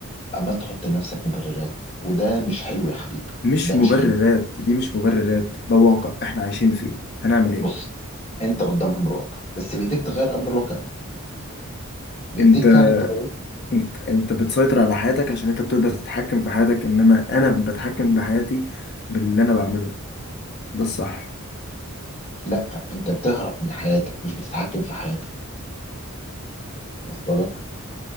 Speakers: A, on the left; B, on the left.
A: عمال تحط لنفسك مبررات وده مش حلو يا حبيبي
B: مش
A: ده
B: مبررات
A: مش حلو
B: دي مش مبررات ده واقع احنا عايشين فيه هنعمل ايه
A: بص انت قدام امر واقع بس بايديك تغير امر الواقع ده بايديك
B: انت
A: فعلا تغير
B: انت انت بتسيطر على حياتك عشان انت بتقدر تتحكم في حياتك انما انا بتحكم بحياتي باللي انا بعمله ده الصح
A: لا انت بتهرب من حياتك مش بتتحكم في حياتك واصله لك